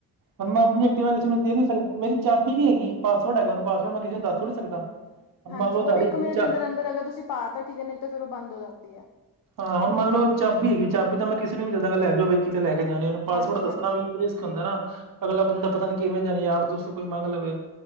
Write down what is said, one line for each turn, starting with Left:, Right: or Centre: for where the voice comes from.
Right: ਹੁਣ ਮੈਂ ਆਪਣੀ ਐਕਟੀਵਾ ਕਿਸੇ ਨੂੰ ਦੇ ਨੀ ਸਕਦਾ ਮੇਰੀ ਚਾਬੀ ਨੀ ਹੈਗੀ ਪਾਸਵਰਡ ਹੈਗਾ ਉਹਨੂੰ ਪਾਸਵਡ ਮੈਂ ਕਿਸੇ ਨੂੰ ਦੱਸ ਥੋੜੀ ਸਕਦਾ। ਹੁਣ
Left: ਹਾਂਜੀ
Right: ਮੰਨ ਲਓ
Left: ਉਹ
Right: ਤੁਹਾਡੀ
Left: ਇੱਕ ਮਿੰਟ
Right: ਚਾ
Left: ਦੇ ਅੰਦਰ-ਅੰਦਰ ਅਗਰ ਤੁਸੀਂ ਪਾ ਤਾ ਠੀਕ ਹੈ ਨਹੀਂ ਤਾਂ ਫੇਰ ਉਹ ਬੰਦ ਹੋ ਜਾਂਦੀ ਹੈ।
Right: ਹਾਂ ਹੁਣ ਮੰਨ ਲਓ ਚਾਬੀ ਹੈਗੀ ਚਾਬੀ ਤਾਂ ਮੈਂ ਕਿਸੇ ਨੂੰ ਵੀ ਦੇ ਦਾਂਗਾ ਲੈ ਜਾਓ ਬਈ ਵੀ ਕਿਤੇ ਲੈ ਕੇ ਜਾਣੇ ਉਹਨੂੰ ਪਾਸਵਰਡ
Left: ਹਾਂਜੀ
Right: ਦੱਸਣਾ
Left: ਹਾਂਜੀ
Right: ਵੀ ਹੁੰਦਾ ਨਾ, ਅਗਲਾ ਬੰਦਾ ਪਤਾ ਨੀ ਕਿਵੇਂ ਜਾਣੀ ਯਾਰ ਦੋਸਤ ਕੋਈ ਮੰਗ ਲਵੇ।